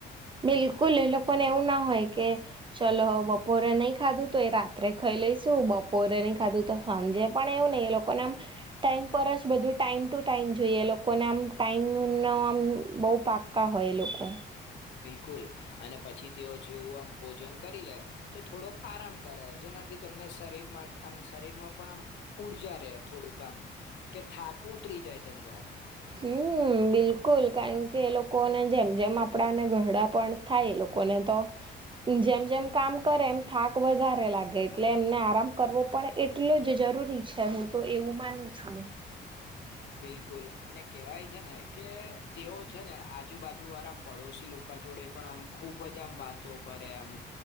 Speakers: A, on the right; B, on the left.
A: બિલકુલ. એ લોકોને એવું ના હોય કે, ચલો. બપોરે નહીં ખાધું, તો એ રાત્રે ખાઈ લઈશું. બપોરે ની ખાધું, તો સાંજે પણ એવું નહીં. એ લોકોને આમ ટાઈમ પર જ બધું, ટાઈમ ટુ ટાઈમ જોઈએ. લોકોને આમ ટાઈમનો આમ બહુ પાક પાકા હોય એ લોકો.
B: બિલકુલ. અને પછી તેઓ જેવું આમ ભોજન કરી લે. તો થોડોક આરામ કરે, જેનાથી તેમના શરીર માટે આમ, શરીરમાં પણ આમ ઉર્જા રે, થોડું આમ કે થાક ઉતરી જાય તેમનો.
A: હમ, બિલકુલ. કારણ કે એ લોકોને જેમ જેમ આપ કપડાંને ગરડા પણ થાય, એ લોકોને તો જેમ જેમ કામ કરે, એમ થાક વધારે લાગે. એટલે એમને આરામ કરવો પણ એટલો જ જરૂરી છે. હું તો એવું માનું. છું
B: બિલકુલ. અને કેવાય છે ને કે, તેઓ છે ને આજુબાજુ વાળા પડોશી લોકો જોડે પણ આમ, ખુબ જ આમ વાતો કરે આમ.